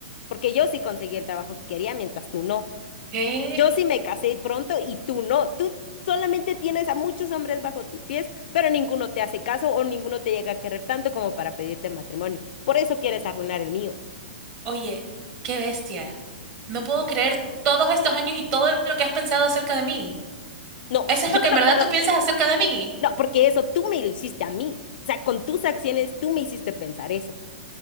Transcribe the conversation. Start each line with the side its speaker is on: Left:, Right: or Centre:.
Left: Porque yo sí conseguí el trabajo que quería, mientras tú no.
Right: ¿Qué?
Left: Yo sí me casé pronto y tú no. Tú solamente tienes a muchos hombres bajo tus pies, pero ninguno te hace caso o ninguno te llega a querer tanto como para pedirte matrimonio. Por eso quieres arruinar el mío.
Right: Oye, qué bestia. No puedo creer todos estos años y todo lo que has pensado acerca de mí.
Left: No,
Right: ¿Eso
Left: yo
Right: es lo que en
Left: no
Right: verdad
Left: puedo
Right: tú
Left: creer.
Right: piensas acerca de mí?
Left: No, porque eso tú me lo hiciste a mí. O sea, con tus acciones tú me hiciste pensar eso.